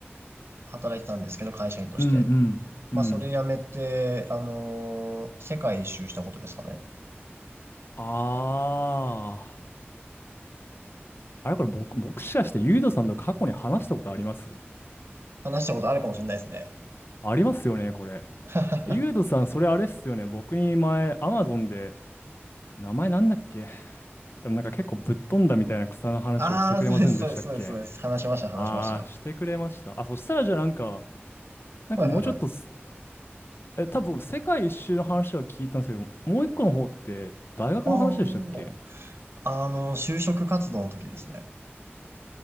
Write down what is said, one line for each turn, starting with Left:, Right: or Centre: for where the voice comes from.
Right: 働いてたんですけど、会社員として。
Left: うんうんうん。
Right: まあそれ辞めて、あのー世界一周したことですかね。
Left: ああ。あれこれ僕、もしかしてゆうとさんと過去に話したことあります
Right: 話したことあるかもしれないですね。
Left: ありますよね、これ。
Right: <laughs>
Left: ユードさん、それあれっすよね。僕に前、アマゾンで、名前なんだっけでもなんか結構ぶっ飛んだみたいな草の話をしてくれませんでしたっけ
Right: ああ、そうです、そうです、そうです、そうです。話しました、話しました。
Left: あー、してくれました。あ、そしたらじゃあなんか、なんかもうちょっとす、
Right: はいはいはい。
Left: え、多分世界一周の話は聞いたんですけど、もう一個の方って大学の話でしたっけ
Right: ああ、あの、就職活動の時ですね。